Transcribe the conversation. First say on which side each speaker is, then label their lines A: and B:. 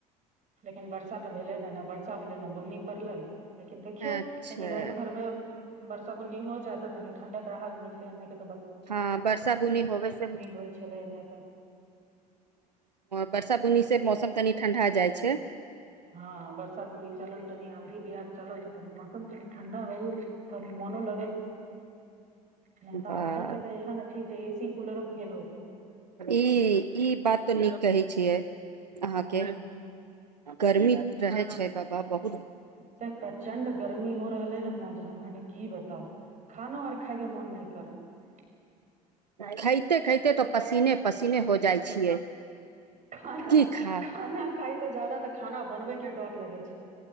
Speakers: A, on the right; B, on the right.
A: लेकिन बर्षा तऽ भेले नहि वर्षा भेलै न बुन्नी पड़लै लेकिन देखियौ
B: अच्छा
A: कही राति भरमे बरसा बुन्नी हो जाय तनी ठण्डा राहत मिलत एन्ने क
B: हँ बर्षा बुनी होबे से ह
A: होल छले एने तो
B: बर्षा बुनी से मौसम तनी ठण्डा जाइ छै
A: हँ बर्षा बुन्नी चलल तनी आंधी बिहार चल तऽ तनी मस्त त ठण्डा हो गेल त मनो लागल नहि
B: बा-
A: तऽ आजकल के तऽ एह नै जे स कुलरो फे
B: ई ई बात तऽ नीक कहै छियै अहाँके
A: हूं
B: गरमी रहे छै बाबा बहु
A: एते प्रचंड गर्मी हो रहले हेन ने जे हमके की बता त खानो आर खाइके मन नहि करत
B: खाइते-खाइते त पसीने पसी हो जाइ छियै
A: खाना
B: की खा
A: खाना खाइ से ज्यादा तऽ खाना बनबे के डर लगै छै